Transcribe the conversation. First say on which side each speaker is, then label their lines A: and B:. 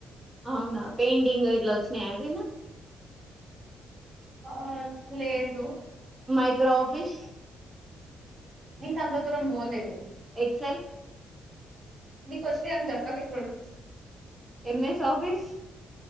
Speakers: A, on the right; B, on the right.
A: అవునా పేండింగ్ ఇట్లా వచ్చినాయ ఎప్పుడన్నా
B: ఆ లేదు
A: మైక్రో ఆఫిస్
B: నింకా అంత దూరం పోలేదు
A: ఎక్సర్
B: నీకూ వస్తాయ్ అని చెప్పకు ఇప్పుడు
A: ఎంఎస్ ఆఫిస్